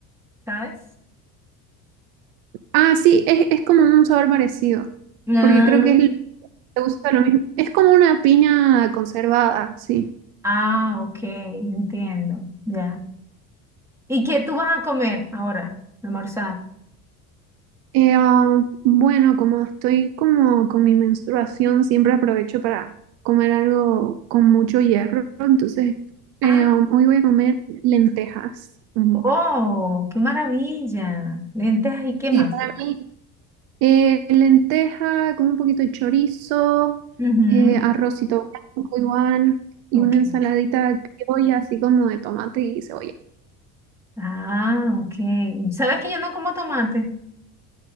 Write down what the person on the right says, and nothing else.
Ah, sí, es, es como un sabor parecido,
porque creo que es, lo- se usa lo mismo. Es como una piña conservada, sí.
Eh, ah, bueno, como estoy como con mi menstruación, siempre aprovecho para comer algo con mucho hierro, entonces eh,
um, hoy voy a comer lentejas. Ujú.
Sí,
para mí eh, lenteja con un poquito de chorizo,
eh, arrocito blanco igual y
una ensaladita criolla así como de tomate y cebolla.